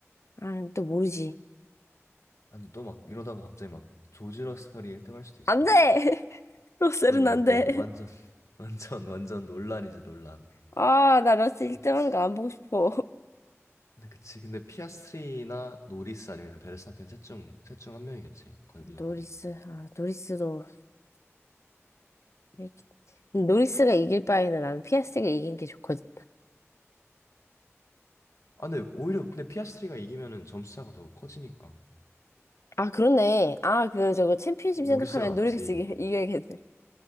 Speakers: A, on the left; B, on the left.
A: 아, 또 모르지.
B: 아니, 또 막 이러다가 갑자기 막 조지 러셀이 1등 할 수도 있어.
A: 안 돼! <laughs> 로셀은
B: 그러면은
A: 안 돼.
B: 또 완전, <laughs> 완전, 완전 논란이지, 논란.
A: 아, 나 러셀
B: 근데
A: 1등
B: 그치.
A: 하는 거 안 보고 싶어.
B: 근데 그치. 근데 피아스트리나 노리스 아니면 베르스타펜 셋 중, 셋 중 한 명이겠지. 거의 무조건.
A: 노리스, 아, 노리스도, 이렇게- 노리스가 이길 바에는 나는 피아스트가 이긴 게 좋거든.
B: 아, 근데 오히려 근데 피아스트리가 이기면은 점수 차가 더 커지니까.
A: 아, 그렇네. 아, 그, 저거 챔피언십
B: 노리스가
A: 생각하면
B: 낫지.
A: 노리스 이겨- 이겨야겠네.